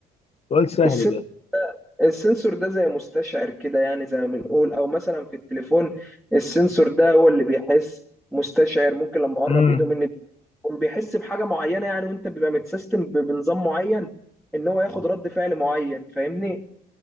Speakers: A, on the left (about 40°); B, in the centre.
A: سؤال سهل
B: السن...
A: ده
B: السنسور ده زي مستشعر كده يعني زي ما بنقول او مثلا في التليفون السنسور ده هو اللي بيحس مستشعر ممكن لما اقرب
A: امم
B: ايده مني هو بيحس بحاجه معينه يعني وانت بيبقى متسيستم ب- بنظام معين ان هو ياخد رد فعل معين فاهمني